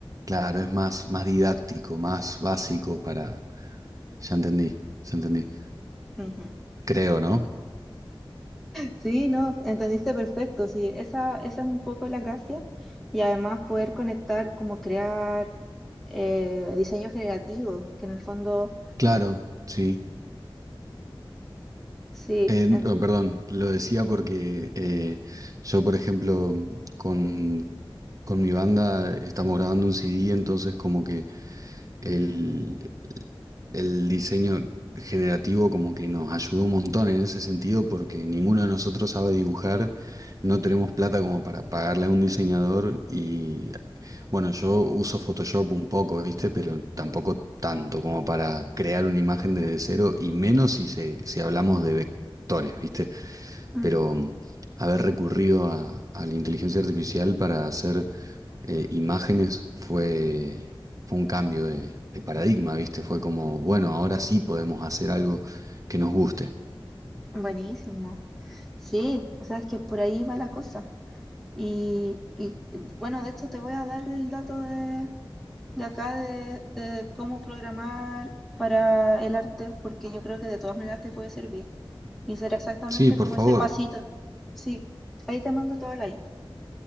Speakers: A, on the right; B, in the centre.
A: claro, es más, más didáctico, más básico para... Ya entendí, ya entendí.
B: Ujú.
A: Creo, ¿no?
B: Sí, no, entendiste perfecto. Sí, esa, esa es un poco la gracia. Y además poder conectar, como crear eh, diseño generativo, que en el fondo,
A: Claro, sí.
B: sí,
A: Eh,
B: ent-
A: no, perdón, lo decía porque eh, yo, por ejemplo, con, con mi banda estamos grabando un CD, entonces como que el, el diseño generativo como que nos ayudó un montón en ese sentido porque ninguno de nosotros sabe dibujar, no tenemos plata como para pagarle a un diseñador y Bueno, yo uso Photoshop un poco, ¿viste? Pero tampoco tanto como para crear una imagen desde cero y menos si, se, si hablamos de vectores, ¿viste?
B: Ujú.
A: Pero mm, haber recurrido a, a la inteligencia artificial para hacer eh, imágenes fue, fue un cambio de, de paradigma, ¿viste? Fue como, bueno, ahora sí podemos hacer algo que nos guste.
B: buenísimo. Sí, o sea, es que por ahí va la cosa. Y, y, bueno, de hecho te voy a dar el dato de, de acá de, de cómo programar para el arte, porque yo creo que de todas maneras te puede servir. Y será exactamente
A: Sí, por
B: como
A: favor,
B: ese pasito. Sí, ahí te mando toda la info.